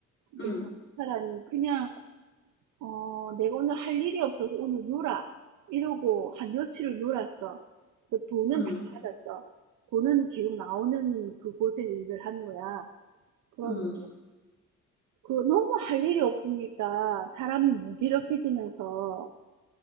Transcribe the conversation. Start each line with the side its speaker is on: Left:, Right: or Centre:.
Left: 응
Right: 내가 아는 사람이 그냥, 어, 내가 오늘 할 일이 없어서 오늘 놀아. 이러고 한 며칠을 놀았어. 그 돈은
Left: 응,
Right: 다 받았어. 돈은 계속 나오는 그곳에 일을 하는 거야. 그런데
Left: 응,
Right: 그 너무 할 일이 없으니까 사람이 무기력해지면서